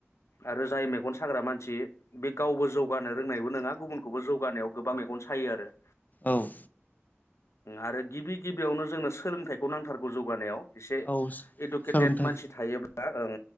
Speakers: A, on the left; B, on the left.
A: आरो जाय मेगन साग्रा मानसि बे गावबो जौगानो रोंनायबो नोंङा गुबुनखौबो जौगानायाव गोबां मेगन सायो आरो
B: औ
A: आरो गिबि गिबियावनो जोंनो सोलोंथाइखौ नांथारगौ जौगानायाव एसे
B: औ
A: इडुकेटेड
B: सोलोंथाइ
A: मानसि थायोब्ला ओं